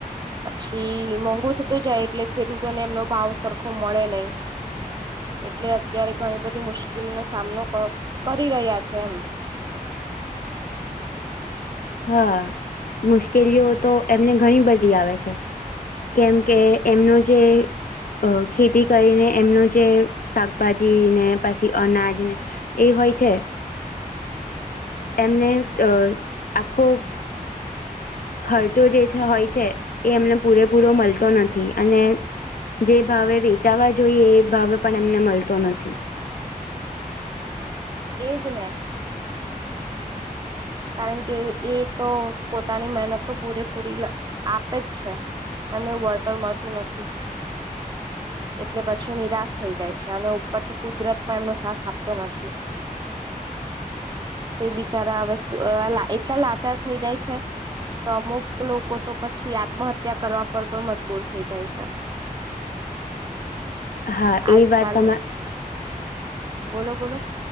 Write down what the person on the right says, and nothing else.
પછી મોંઘુ થતું જાય એટલે ખેડૂતોને એમનો ભાવ સરખો મળે નહી એટલે અત્યારે ઘણી બધી મુશ્કેલી નો સામનો કરી રહ્યા છે એમ
એ જને કારણ કે એ તો પોતાની મહેનત તો પૂરેપૂરી આપે જ છે. એમને એવું વળતર મળતું નથી એટલે પછી નિરાશ થઈ જાય છે અને ઉપર થી કુદરત પણ એમનો સાથ આપતો નથી તે બિચારા હવે એટલા લાચાર થઈ જાય છે. તો અમુક લોકો તો પછી આત્મહત્યા કરવા પર પણ મજબૂર થઈ જાય છે.
આજ
કાલ
બોલો બોલો